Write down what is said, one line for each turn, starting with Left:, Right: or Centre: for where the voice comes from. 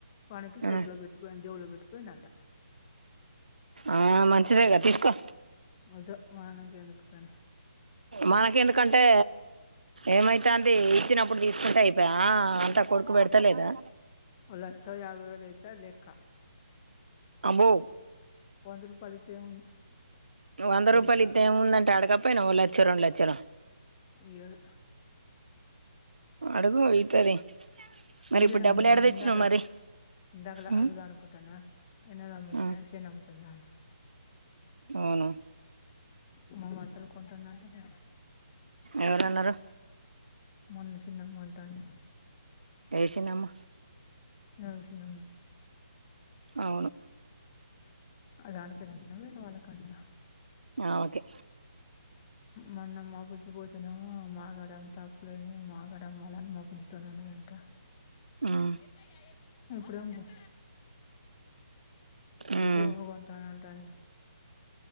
Left: పనికి చేతు
Right: ఉమ్
Left: లో పెట్టుపోయి దవులో పెట్టు పోయింది అంట
Right: ఆ మంచిదేగా తీసుకో
Left: వద్దు మనకి ఎందుకు గాని
Right: మనకి ఎందుకంటే ఏమైతాది ఇచ్చినప్పుడు తీసుకుంటే అయి బా అంతా కొడుకు పెడతలేదా
Left: ఓ లచ్చో యావై వేల్ అయితాది లెక్క
Right: అబ్బో
Left: వంద రూపాయలు ఇస్తే ఏముంది
Right: వంద
Left: దేనికి
Right: రూపాయలు
Left: రాదు
Right: ఇస్తే ముందంటే అడకప్పయినా ఓ ల లచ్చ రెండు లక్షలో
Left: ఈయదు
Right: అడుగు ఇత్తది మరి
Left: నిజంగా
Right: ఇప్పుడు డబ్బులు
Left: నేను నిన్ను
Right: ఏడ తెచ్చినావు
Left: ఇందాకలా
Right: మరి
Left: ఇందాకలా
Right: ఉమ్
Left: అడుగుదాం అనుకుంటున్నా ఎన్నదా మిన
Right: ఆ
Left: నముతుందా అ
Right: అవును
Left: అమ్మ మాత్రం కొంటుందంట మరి
Right: ఎవరన్నారు
Left: మొన్న చిన్నమ్మ అంటాంది
Right: ఏ చిన్నమ్మ
Left: ఈరోజు చిన్నమ్మ
Right: అవును
Left: అది అనుకుదన్న వరు వాళ్ళకంటార
Right: ఆ ఓకే
Left: మొన్న మా బుజ్జిపోతేనేమో మా గాడ అంతా అప్పులయినాయి మా గడ అమ్మాలని మా బుజ్జి తోని అన్నదంట
Right: ఉమ్
Left: ఏత ఇప్పుడేమో బొ ఇప్పుడు
Right: ఉమ్
Left: భూమి కొంటాను అంటాందీ